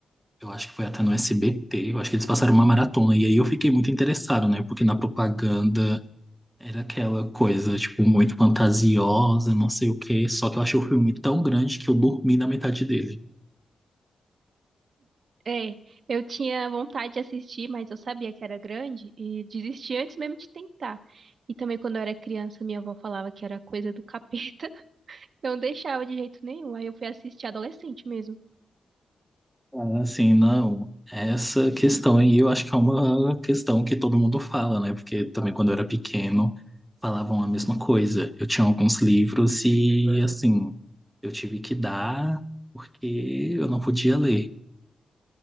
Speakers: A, in the centre; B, on the right (about 60°).
A: Eu acho que foi até no SBT, eu acho que eles passaram uma maratona. E aí eu fiquei muito interessado, né? Porque na propaganda era aquela coisa, tipo, muito fantasiosa, não sei o quê. Só que eu achei o filme tão grande que eu dormi na metade dele.
B: É, eu tinha vontade de assistir, mas eu sabia que era grande e desisti antes mesmo de tentar. E também quando eu era criança, minha avó falava que era coisa do capeta. <laughs> Não deixava de jeito nenhum. Aí eu fui assistir adolescente mesmo.
A: Ah, Assim, não. Essa questão aí eu acho que é uma questão que todo mundo fala, né? Porque também quando eu era pequeno falavam a mesma coisa. Eu tinha alguns livros e, assim, eu tive que dar porque eu não podia ler.